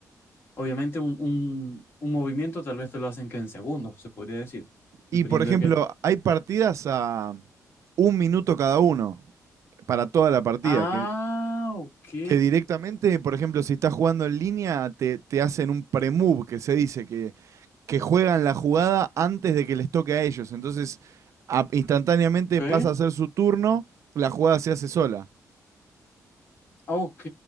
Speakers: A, on the left; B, on the right.
A: Obviamente un, un, un movimiento tal vez te lo hacen que en segundos, se podría decir,
B: Y
A: dependiendo
B: por ejemplo,
A: de qué.
B: hay partidas a un minuto cada uno. para toda la partida,
A: Ah,
B: que,
A: ok.
B: que directamente, por ejemplo, si estás jugando en línea, te, te hacen un pre-move, que se dice, que, que juegan la jugada antes de que les toque a ellos. Entonces, a- instantáneamente
A: Ok,
B: pasa a ser su turno, la jugada se hace sola.
A: ok,